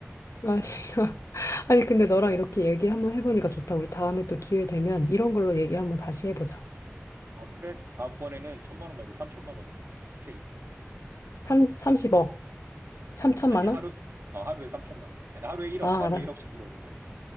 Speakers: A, on the left; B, on the right.
A: 아, 진짜. <laughs> 아니, 근데
B: 어.
A: 너랑 이렇게 얘기 한번 해보니까 좋다. 우리 다음에 또 기회 되면 이런 걸로 얘기 한번 다시 해보자.
B: 아, 그래? 다음번에는 천만 원 말고 삼천만 원 스케일 크게.
A: 삼 30억, 3천만
B: 아니, 하루,
A: 원?
B: 아, 하루에 삼천만 원. 아니, 하루에 일억
A: 아,
B: 하루에
A: 알아.
B: 일억씩 들어오는 걸로.